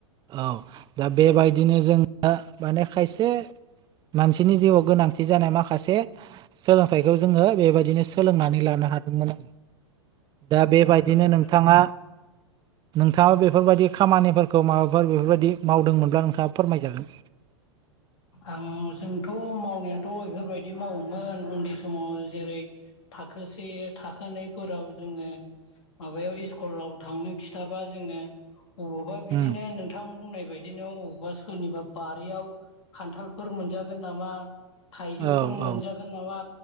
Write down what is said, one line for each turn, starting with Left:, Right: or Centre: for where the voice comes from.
Right: औ दा बेबायदिनो जोंहा माने खायसे मानसिनि जिउआव गोनांथि जानाय माखासे सोलोंथाइखौ जोङो बेबायदिनो सोलोंनानै लानाय हादोमोन आरो दा बेबायदिनो
Left: नोंथां
Right: नोंथाङा नोंथाङा बेफोरबायदि खामानिफोरखौ माबा फोर बेफोरबायदि मावदोंमोनब्ला नोंथाङा फोरमायजागोन
Left: आं जोंथ' मावनायाथ' बेफोरबायदि मावोमोन उन्दै समाव जेरै थाखोसे थाखोनैफोराव जोङो माबायाव स्कुलाव थांनो खिथाबा जोङो अबावबा बिदिनो
Right: उम
Left: नोंथां बुंनाय बायदिनो अबावबा सोरनिबा बारियाव खान्थालफोर मोनजागोन नामा थाइजौफोर
Right: औ
Left: मोनजागोन
Right: औ
Left: नामा